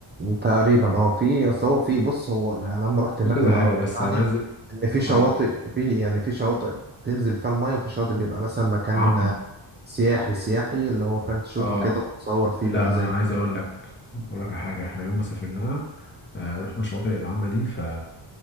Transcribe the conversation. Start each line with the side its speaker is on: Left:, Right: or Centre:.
Right: تقريبا اه في اصل هو في بص هو انا لما رحت هناك
Left: في كذا
Right: اللي
Left: حاجة
Right: عرفت
Left: بس
Right: يعني
Left: أنا عايز
Right: ان في شواطئ
Left: آه
Right: في يعني في شواطئ تنزل فيها الميه وفي شواطئ بيبقى مثلا مكان
Left: عامة
Right: سياحي سياحي اللي هو فاهم تشوفه
Left: آه
Right: كده وتتصور فيه
Left: لا
Right: بقى
Left: ما
Right: زي
Left: أنا عايز أقول لك أقول لك على حاجة إحنا يوم ما سافرناها آه رحنا الشواطئ العامة دي ف